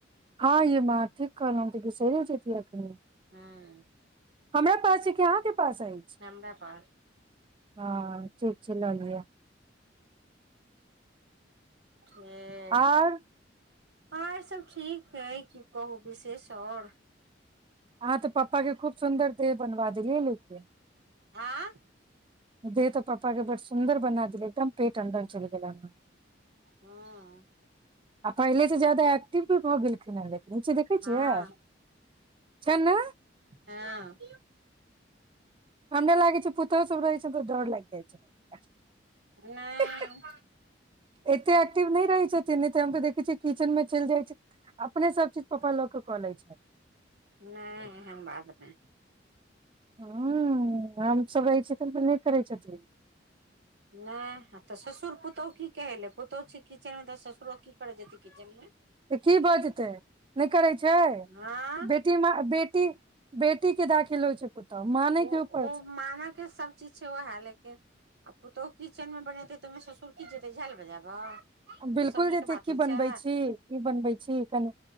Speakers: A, on the right; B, on the right.
A: हँ ये माॅं ठीक कहलव हम बिसइरे जइतियै ऐखने
B: हँ
A: हमरा पास छै कि अहाँ के पास अइछ
B: हमरा पास
A: हँ ठीक छै ल ललिअ
B: ठीक
A: आर
B: आर सब ठीक है की कहू विशेष आओर
A: हँ तऽ पप्पा के खूब सुन्दर त बनवा देलियऐ लेके
B: आँ
A: देह तऽ पप्पा के बड़ सुन्दर बना देली एकदम पेट अदर चल गेला अह
B: हँ
A: आ पहिले तऽ ज्यादा एक्टिव भी भऽ गेलखिन हँ लेकिन नीचे देखै
B: हँ
A: छियै ने
B: हँ
A: हमरा लागै छै पु पुतोह सब रहे तऽ डर लाग जाइ छै
B: नहि
A: ऐतेक ऐक्टिव नइह रहै छथिन त हम त देखै छियै किचन मे चलि जाइ छै अपने सब चीज पप्पा लग के कऽ लै छै
B: ने एहन बात नहि
A: हँ हमम सभ रहै छै तऽ नेय करै छथिन
B: नहि तऽ ससुर पुतोह की कहे ले पुतोहु छै किचेन मे तऽ ससुरो की करे जेत किचेन मे
A: त की भऽ जेतै नहि करै छै
B: हँ
A: बेटी म बेटी बेटी टीक के दाखिल होइ छै पुतहु माँ नहि
B: ओ
A: के ऊपर
B: ओ
A: छै
B: मानके सब चीज छै ओ है लेकिन पुतोहु किचनमे बनेतै तऽ ओहिमे ससुर की जेतै झाल बजाबऽ
A: बिलकुल
B: ओ सब नीक
A: जेतै
B: बात होइ
A: की बनबै
B: छै
A: छी की बनबै छी कनी